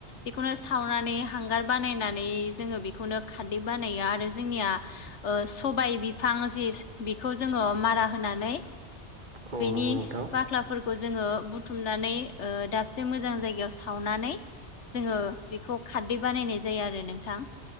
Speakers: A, on the left; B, on the right.
A: बेखौनो सावनानै हांगार बानायनानै जोङो बेखौनो खारदै बानायो आरो जोंनिया ओ सबाय बिफां जि बिखौ जोङो मारा होनानै
B: औ
A: बेनि
B: नंगौ नोंथां
A: बाख्लाफोरखौ जोङो बुथुमनानै ओ दाबसे मोजां जायगायाव सावनानै जोङो बेखौ खारदै बानायनाय जायो आरो नोंथां।